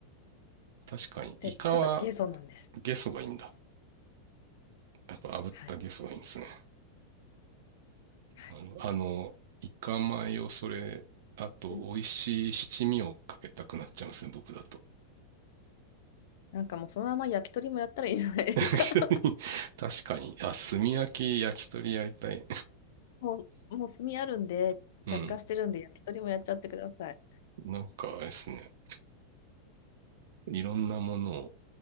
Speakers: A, on the right; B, on the left.
A: 確かに、イカは
B: で、ただゲソなんです。
A: ゲソがいいんだ。やっぱ炙ったゲソがいいんですね。
B: はい。はい。
A: あの、あの、イカ米をそれ、あと、
B: うん
A: 美味しい七味をかけたくなっちゃいますね、僕だと。
B: なんかもうそのまま焼き鳥もやったらいいじゃないですか。
A: <laughs>
B: <laughs>
A: 確かに。あ、炭焼き、焼き鳥やりたい。
B: もう、もう炭あるんで、
A: うん。
B: 着火してるんで、焼き鳥もやっちゃってください。
A: なんか、あれですね。いろんなものを